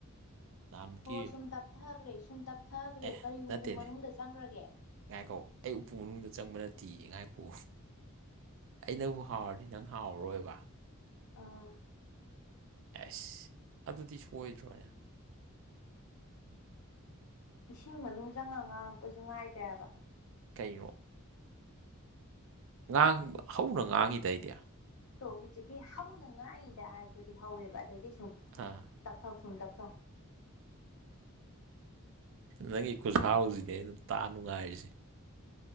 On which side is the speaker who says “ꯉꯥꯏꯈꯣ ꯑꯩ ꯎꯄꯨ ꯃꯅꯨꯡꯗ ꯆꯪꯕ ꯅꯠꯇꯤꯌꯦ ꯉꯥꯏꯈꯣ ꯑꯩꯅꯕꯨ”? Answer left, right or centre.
Right